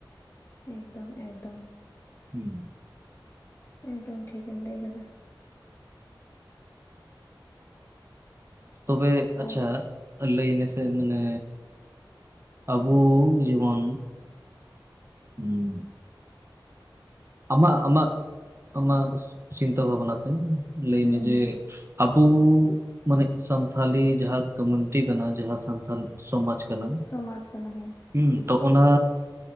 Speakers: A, on the left; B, on the right.
A: ᱮᱠᱫᱚᱢ ᱮᱠᱫᱚᱢ᱾
B: ᱦᱮᱸ
A: ᱮᱠᱫᱚᱢ ᱴᱷᱤᱠᱮᱢ ᱞᱟᱹᱭ ᱠᱟᱫᱟ᱾
B: ᱛᱚᱵᱮ ᱟᱪᱪᱷᱟ?
A: ᱟᱨ
B: ᱞᱟᱹᱭ ᱢᱮᱥᱮ ᱢᱟᱱᱮ ᱟᱵᱚ ᱡᱮᱢᱚᱱ ᱦᱮᱸ ᱟᱢᱟ ᱟᱢᱟᱜ ᱟᱢᱟᱜ ᱪᱤᱱᱛᱟᱹ ᱵᱷᱟᱵᱱᱟ ᱛᱮ ᱞᱟᱹᱭ
A: ᱦᱩᱸ
B: ᱢᱮ ᱡᱮ
A: ᱦᱩᱸ
B: ᱟᱵᱚ ᱢᱟᱱᱮ ᱥᱟᱱᱛᱷᱟᱞᱤ ᱡᱟᱦᱟᱸ ᱠᱚᱢᱩᱱᱤᱴᱤ ᱠᱟᱱᱟ ᱡᱟᱦᱟᱸ ᱥᱟᱱᱛᱟᱞ ᱥᱚᱢᱟᱡᱽ ᱠᱟᱱᱟ
A: ᱥᱚᱢᱟᱡᱽ ᱠᱟᱱᱟ ᱦᱮ᱾
B: ᱦᱩᱸ ᱛᱚ ᱚᱱᱟ